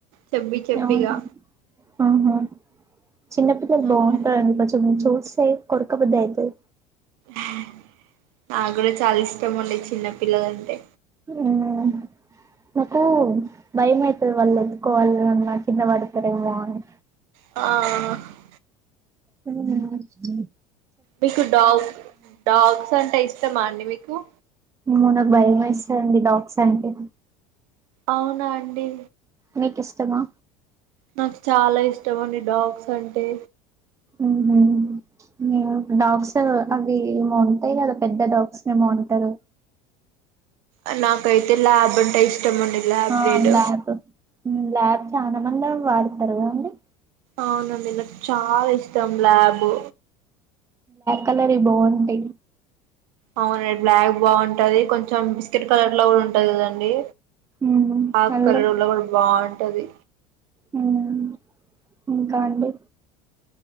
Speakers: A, on the right; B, on the right.
A: చెబ్బి చెబ్బిగా
B: అవున్ అవున్ అవున్ చిన్నపిల్లలు
A: అవునండి
B: బాగుంటారండి కొంచెం చెస్ తే కోరుకబుధి అయితది
A: అ నాక్ కూడా చాలిస్ <unintelligible> చిన్నపిల్లలంటే
B: ఉమ్ నాకు భయం అయితది వాళ్ళు ఎతుకోవాలి అన్నా కింద పడతారూ ఏమో అని
A: ఆ
B: ఉమ్ ఉమ్
A: జస్ట్ డాగ్ డాగ్స్ అంటే ఇష్టమా అండి మీక్? ఓ
B: మాక్ ఆది బయమేస్తాది అండి డాగ్స్ అంటే
A: అవునా అండి
B: మీక్ ఇష్టమా?
A: నాక్ చాలా ఇష్టం అండి డాగ్స్ అంటే
B: ఉహ్ ఉమ్ <unintelligible> డాగ్స్ అవి ఏమో ఉంటాయ్ కదా పెద్ద డాగ్స్ ఏమో అంటారు?
A: అవ్వ తెత్ల్యాబ్ అంటే ఇష్టం అండి ల్యాబ్
B: ఆ
A: బ్రీడ్
B: ల్యాబ్ ల్యాబ్ చాలా మందే అదే వాడతార్ కదా అండి?
A: అవునండి నాకు చాలా ఇష్టం లాబు
B: కలర్ ఇ బాగుంటాయ్
A: అవును బ్లాక్ బాగుంటది కొంచ్ చం బిస్కెట్ కలర్ లో కూడా ఉంటది కదండి,
B: ఊహూ
A: ఆ
B: అవి
A: కలర్ లో కూడా బాగుంన్ అది
B: అవున్ అవునుండి ఇంకా అండి